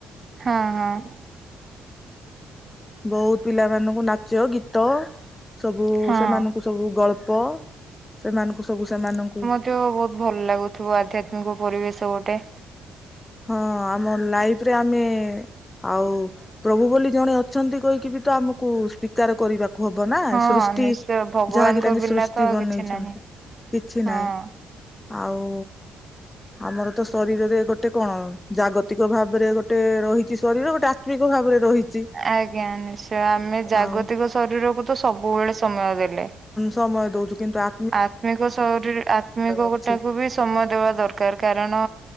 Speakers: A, on the right; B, on the left.
A: ହଁ ହଁ।
B: ବହୁତ ପିଲାମାନଙ୍କୁ ନାଚ ଗୀତ ସବୁ
A: ହଁ।
B: ସେମାନଙ୍କୁ ସବୁ ଗଳ୍ପ। ସେମାନଙ୍କୁ ସବୁ ସେମାନଙ୍କୁ।
A: ତ ବହୁତ ଭଲ ଲାଗୁଥିବ ଆଧ୍ୟାତ୍ମିକ ପରିବେଶ ଗୋଟେ।
B: ହଁ ଆମ ଲାଇଫ୍ ରେ ଆମେ। ଆଉ ପ୍ରଭୁ ବୋଲି ଜଣେ ଅଛନ୍ତି କହିକି ବି ତ ଆମ କୁ ସ୍ଵୀକାର କରିବାକୁ ହବ ନା
A: ହଁ
B: ସୃଷ୍ଟି
A: ନିଶ୍ଚୟ ଭଗବାନଙ୍କ
B: ଯାହାକି ତାଙ୍କେ
A: ବିନା
B: ସୃଷ୍ଟି
A: ତ ଆଉ
B: ବନେଇଛନ୍ତି।
A: କିଛି ନାହିଁ।
B: କିଛି
A: ହଁ
B: ନାହିଁ ଆଉ। ଆମର ତ ଶରୀରରେ ଗୋଟେ କଣ ଜାଗତିକ ଭାବରେ ଗୋଟେ ରହିଛି ଶରୀର ଗୋଟେ ଆତ୍ମିକ ଭାବରେ ରହି
A: ଆଜ୍ଞା ନିଶ୍ଚୟ ଆମେ ଜାଗତିକ
B: ଆଉ
A: ଶରୀରକୁ ତ ସବୁବେଳେ ସମୟ ଦେଲେ।
B: ସମୟ ଦଉଛୁ କିନ୍ତୁ ଆ
A: ଆତ୍ମିକ ଶରୀର ଆତ୍ମିକ
B: ଅଛି
A: ଗୋଟାକୁ ବି ସମୟ ଦବା ଦରକାର କାରଣ